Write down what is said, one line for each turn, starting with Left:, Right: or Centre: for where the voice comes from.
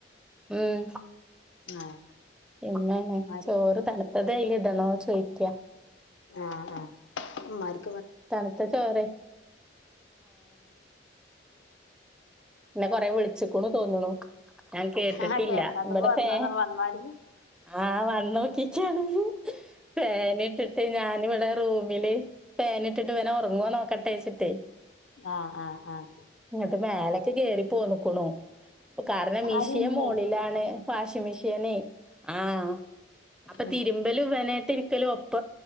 Centre: ഉം
Left: ആഹ്
Centre: എങ്ങനെ
Left: ഇമ്മാര്
Centre: ചോറ് തണുപ് അതെ അയ്ലേണ് ണോ ചോദിക്ക
Left: ആഹ് ആഹ് മരു
Centre: തണുത്ത ചോറെ എന്നെ കൊറെ വിളിച്ചിക്കുണു തോന്നുണു ഞാൻ കേട്ടിട്ടില്ല
Left: ആഹ് കേക്കാത്തപ്പോ
Centre: ഇവിടത്തെ
Left: വന്നതാ വന്നോര്
Centre: ആഹ് വന്നോ <unintelligible> പേന ഇട്ടിട്ട് ഞാനിവിടെ റൂമില് പേനിട്ടിട്ട് ഇവന് ഉറങ്ങുവൊ നോക്കട്ടെച്ചിട്ടേ
Left: ആഹ് ആഹ് ആഹ് ആഹ്
Centre: ഇങ്ങിട്ട് മേല പ്പോന്ന്ക്കണൂ കാരണം മിഷീൻ
Left: ആര് ഇമ്മേ
Centre: മോളിലാണ് വാഷിങ് മെഷീനേ ആഹ് അപ്പൊ
Left: ഉം
Centre: തിരുമ്പലും ഇവനായിട്ട് ഇരിക്കലും ഒപ്പ